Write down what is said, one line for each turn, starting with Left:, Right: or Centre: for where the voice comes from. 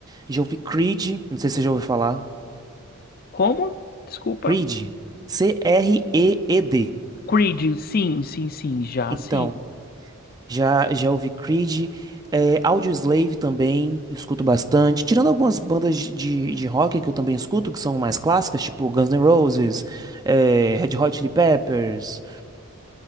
Right: Já ouvi Creed, não sei se você já ouviu falar.
Left: Como? Desculpa.
Right: Creed. C-R-E-E-D.
Left: Creed, sim, sim, sim, já
Right: Então,
Left: sim.
Right: já, já ouvi Creed. É, Audioslave também, escuto bastante. Tirando algumas bandas de, de, de rock que eu também escuto, que são mais clássicas, tipo Guns N' Roses, é, Red Hot Chili Peppers.